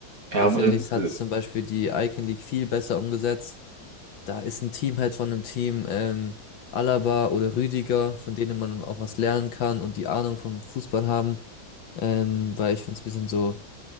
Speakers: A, on the right (about 40°); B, on the left (about 70°).
A: Ja,
B: Da
A: aber
B: finde
A: äh,
B: ich,
A: <laughs>
B: hat zum Beispiel die Icon League viel besser umgesetzt. Da ist ein Teamhead von einem Team, ähm, Alaba oder Rüdiger, von denen man auch was lernen kann und die Ahnung vom Fußball haben. Ähm, weil ich finde es ein bisschen so